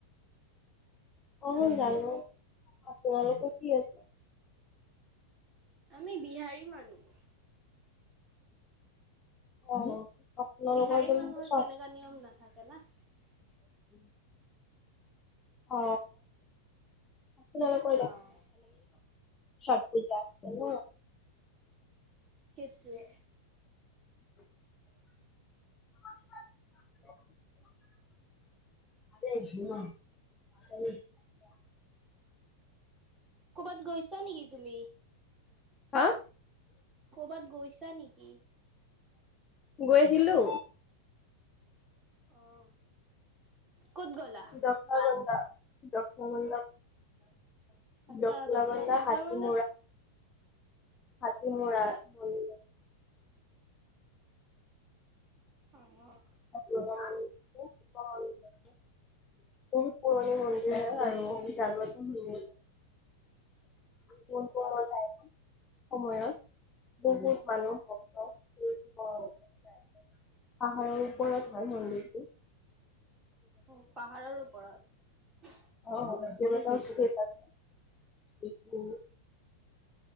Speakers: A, on the left; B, on the right.
A: অ জানো আপোনালোকৰ কি আছে?
B: আমি বিহাৰী মানুহ
A: অ! আপোনালোকৰ
B: বিহাৰী
A: জানো
B: মানুহৰ
A: চত
B: তেনেকাা নিয়ম নাথাকে! কে
A: উম! অ আপ ক
B: অ',
A: ঠ পূজা আছে ন
B: কেতিয়া
A: <inaudible> উ!
B: কৰ'বাত গৈছা নেকি তুমি?
A: হা!
B: কৰ'বাত গৈছা নেকি?
A: গৈছিলো।
B: অ' ক'ত গ'লা?
A: দখৰা কডা যক্ষা ব
B: আচ্ছা
A: লখলাবন্ধা
B: জকলা জকলাবন্ধাত
A: হাতী ম হাতী মুৰা মৰি
B: অ'
A: দুৰ্গা ম আছে শিৱ মন্দ আছে বহুত পুৰণি মন্দিৰ হয় আৰু জাগ্ৰত মন্দিৰ নাই মানন
B: আচ্ছা।
A: কতাই সময়ত বহুত মানুহ ভক্তৱলৈ যায় পাহাৰৰ ওপৰত হয় মন্দিৰটো
B: অ' পাহাৰৰ ওপৰত উ
A: অ' মটাও চে আছোব